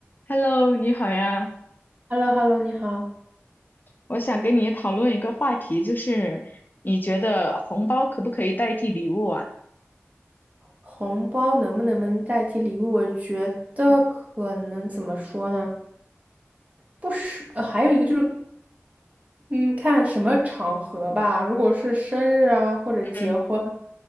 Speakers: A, on the left; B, on the right.
A: Hello，你好呀，
B: h e l l o h e l l o 你好。
A: 我想跟你讨论一个话题，就是你觉得红包可不可以代替礼物啊？
B: 红包能不能能代替礼物？我觉得可能怎么说呢？不是，呃，还有一个就是，嗯，看什么场合吧。如果是生日啊，或者结婚，
A: 嗯